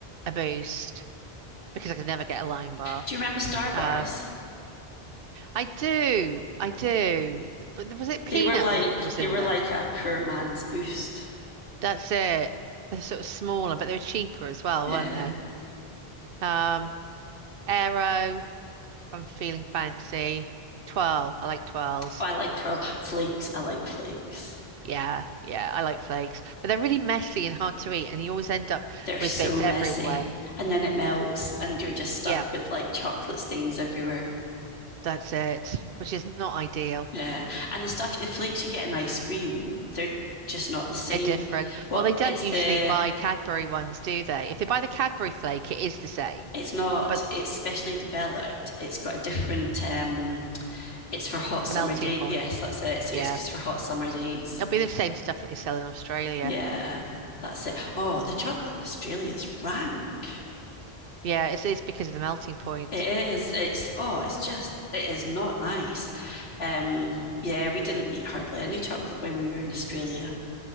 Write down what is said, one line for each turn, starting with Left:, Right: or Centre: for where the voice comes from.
Right: a boost, because I could never get a lime bar.
Left: Do you remember Star Bars?
Right: Um, I do, I do. But was it peanut
Left: They were like
Right: that, that was
Left: they
Right: in
Left: were
Right: them?
Left: like a poor man's boost.
Right: That's it. They're sort of smaller, but they were cheaper as well,
Left: Yeah.
Right: weren't they? Um, Aero, if I'm feeling fancy. Twirl, I like twirls.
Left: Oh, I like twirl flakes. I like flakes.
Right: Yeah, yeah, I like flakes. But they're really messy and hard to eat, and you always end up
Left: They're
Right: with
Left: so
Right: bits everywhere.
Left: messy. And then it melts and you're just stuck
Right: Yeah,
Left: with like chocolate stains everywhere.
Right: that's it, which is not ideal.
Left: Yeah. And the stuff, the flakes you get in ice cream, they're just not the same.
Right: They're different.
Left: What
Right: Well, they don't
Left: it's
Right: usually
Left: the
Right: buy Cadbury ones, do they? If they buy the Cadbury flake, it is the same,
Left: it's not
Right: but
Left: it's specially developed it's got a different um it's for hot summer
Right: melting
Left: day
Right: point.
Left: yes that's it so
Right: Yeah.
Left: it's because for hot summer days
Right: It'll be the same stuff that they sell in Australia.
Left: yeah that's it oh the chocolate in australia is rank
Right: Yeah, it's, it's because of the melting point.
Left: It is. It's oh, it's just it is not nice. Um, yeah, we didn't eat hardly any chocolate when we were in Australia.